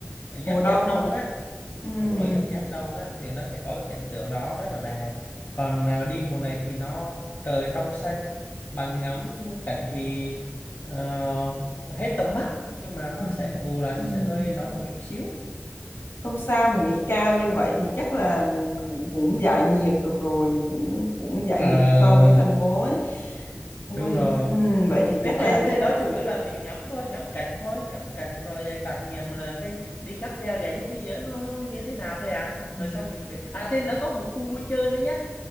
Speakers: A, on the left; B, on the left.
A: ừm,
B: mùa
A: giáp
B: đông
A: giáp đông
B: hả
A: á
B: Ừm,
A: đúng rồi giáp giáp đông á thì nó sẽ có cái cảnh tượng đó rất là đẹp còn à, đi mùa này thì nó trời trong xanh bằng ngắm cảnh thì ờ, hết tầm mắt nhưng mà nó
B: trời
A: sẽ bù lại
B: Ừm,
A: nó sẽ hơi nóng một chút xíu
B: không sao mình nghỉ cao như vậy thì chắc là cũng cũng giải nhiệt được rồi cũng cũng giải
A: Ờ
B: nhiệt so với thành phố ấy ôi
A: đúng rồi
B: ừm, vậy thì
A: Thì
B: chắc là
A: trên trên đó chủ yếu là mình ngắm thôi ngắm cảnh thôi ngắm cảnh rồi à, trải nghiệm là cái đi cáp treo dài nhất thế giới nó như thế nào thôi à
B: ừm,
A: rồi xong mình về à trên đó có một khu vui chơi nữa nhé